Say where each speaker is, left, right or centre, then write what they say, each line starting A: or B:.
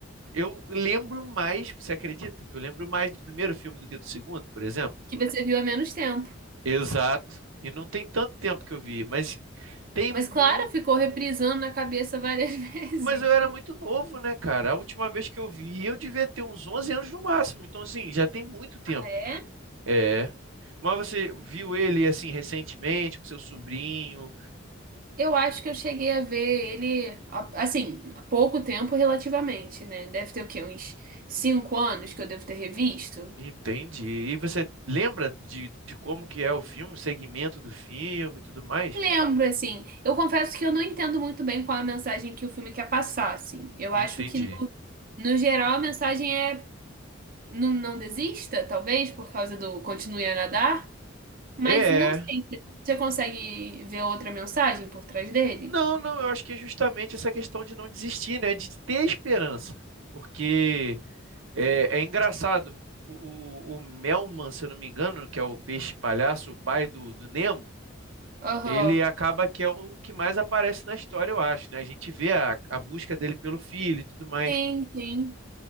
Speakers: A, on the right; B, on the right.
A: Eu lembro mais, você acredita que eu lembro mais do primeiro filme do que do segundo, por exemplo?
B: Que você viu há menos tempo.
A: Exato. E não tem tanto tempo que eu vi, mas tem
B: Mas
A: muito.
B: claro, ficou reprisando na cabeça várias <laughs> vezes.
A: Mas eu era muito novo, né, cara? A última vez que eu vi, eu devia ter uns 11 anos no máximo. Então, assim, já tem muito tempo.
B: Ah, é?
A: É. Mas você viu ele, assim, recentemente, com seu sobrinho?
B: Eu acho que eu cheguei a ver ele, a- assim, há pouco tempo relativamente, né? Deve ter o quê? Uns cinco anos que eu devo ter revisto.
A: Entendi. E você lembra de, de como que é o filme, o segmento do filme e tudo mais?
B: Lembro, assim. Eu confesso que eu não entendo muito bem qual a mensagem que o filme quer passar, assim. Eu acho
A: Entendi.
B: que, no, no geral, a mensagem é não, não desista, talvez, por causa do continue a nadar. Mas
A: É,
B: não sei. Você consegue ver outra mensagem por trás dele?
A: Não, não, eu acho que é justamente essa questão de não desistir, né? De ter esperança. Porque é, é engraçado, o, o, o Melman, se eu não me engano, que é o peixe palhaço, o pai do, do Nemo,
B: Aham.
A: ele acaba que é o que mais aparece na história, eu acho, né? A gente vê a, a busca dele pelo filho e tudo mais.
B: Sim, sim.